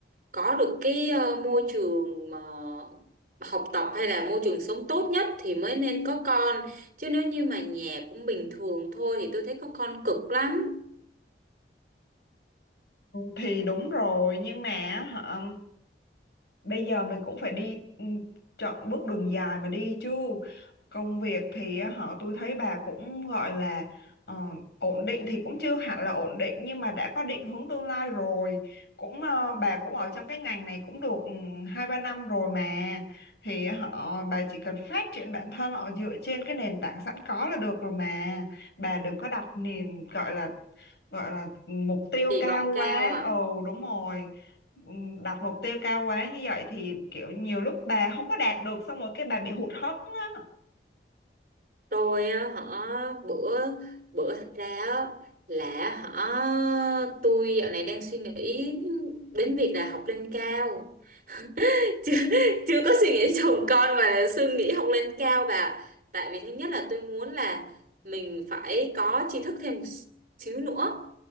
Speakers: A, on the right (about 45°); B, on the left (about 70°).
A: có được cái ờ, môi trường mà học tập hay là môi trường sống tốt nhất thì mới nên có con chứ nếu như mà nhà cũng bình thường thôi thì tôi thấy có con cực lắm
B: thì đúng rồi nhưng mà hả, bây giờ mình cũng phải đi ừ, chọn bước đường dài mà đi chứ công việc thì họ tôi thấy bà cũng gọi là ờ, ổn định thì cũng chưa hẳn là ổn định nhưng mà đã có định hướng tương lai rồi cũng ờ, bà cũng ở trong cái ngành này cũng được ừ, hai ba năm rồi mà thì họ bà chỉ cần phát triển bản thân họ dựa trên cái nền tảng sẵn có là được rồi mà bà đừng có đặt niềm gọi là gọi là mục tiêu
A: kỳ
B: cao
A: vọng
B: quá
A: cao à
B: ồ đúng rồi Ừm, đặt mục tiêu cao quá như vậy thì kiểu nhiều lúc bà không có đạt được xong rồi cái bà bị hụt hẫng á
A: tôi á, hả bữa bữa thật ra á, là hả tôi dạo này đang suy nghĩ đến việc là học lên cao chưa, chưa có suy nghĩ đến chồng con mà là suy nghĩ học lên cao bà ạ. tại vì thứ nhất là tôi muốn là mình phải có tri thức thêm một xíu nữa